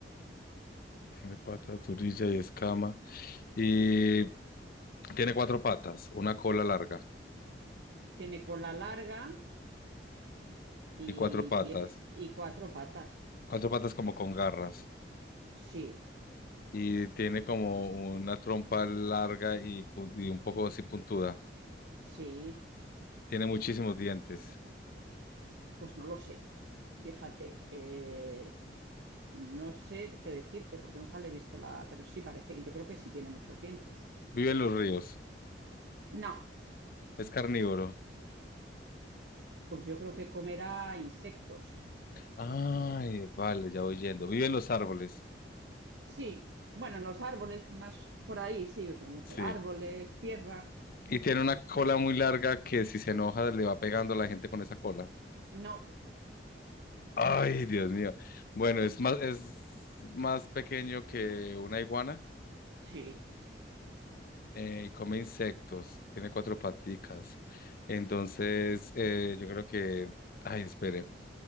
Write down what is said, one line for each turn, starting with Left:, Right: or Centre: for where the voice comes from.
Left: tiene patas, turilla y escama, y tiene cuatro patas, una cola larga
Right: Tiene cola larga y
Left: y cuatro patas,
Right: tiene y cuatro patas.
Left: cuatro patas como con garras,
Right: Sí,
Left: y tiene como una trompa larga y, pu- y un poco así puntuda,
Right: sí,
Left: tiene muchísimos dientes,
Right: pues no lo sé. Fíjate, eh, no sé qué decirte porque nunca le he visto la, pero sí parece que yo creo que sí tiene muchos dientes.
Left: vive en los ríos,
Right: No,
Left: es carnívoro,
Right: pues yo creo que comerá insectos.
Left: ay, vale, ya voy yendo, vive en los árboles.
Right: Sí, bueno, en los árboles más por ahí, sí, con
Left: Sí.
Right: árboles, tierra.
Left: Y tiene una cola muy larga que si se enoja le va pegando a la gente con esa cola.
Right: No,
Left: Ay, Dios mío. Bueno, es más, es más pequeño que una iguana
Right: sí.
Left: eh, y come insectos. Tiene cuatro paticas. Entonces, eh, yo creo que, ay, espere,